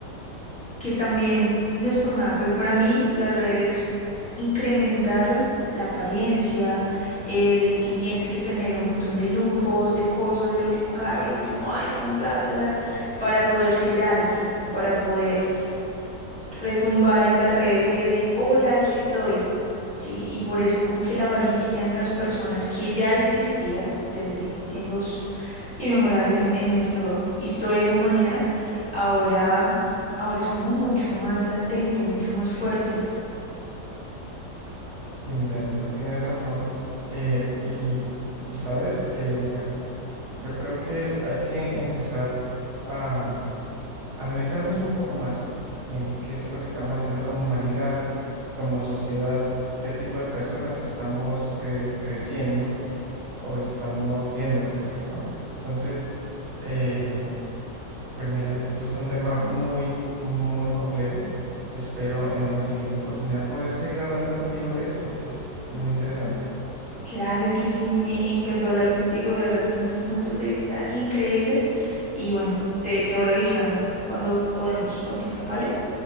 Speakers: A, in the centre; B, on the right.
A: que también no es por nada, pero para mí las redes incrementaron la apariencia, el que tienes que tener un montón de lujos, de cosas, el último carro, el último iPhone, bla, bla, bla, para poder ser alguien, para poder retumbar en las redes y decir, hola, aquí estoy. Sí, y por eso como que la avaricia en las personas que ya existía desde tiempos y memorables en, en nuestra historia como humanidad, ahora, ahora es como mucho más latente, mucho más fuerte.
B: Sí, mira, en eso tienes razón. Eh, y, y sabes, Eh, bueno, yo creo que hay que empezar a analizarnos un poco más en qué es lo que estamos haciendo como humanidad, como sociedad, qué tipo de personas estamos cre- creciendo o estamos viendo crecer, ¿no? Entonces, eh, pues mira, esto es un tema muy, muy complejo. Espero en una siguiente oportunidad poder seguir hablando contigo de esto, que es, es muy interesante.
A: Claro que sí, me encantó hablar contigo, de verdad tienes unos puntos de vista increíbles y bueno, te, te voy avisando cuando podemos continuar, ¿vale?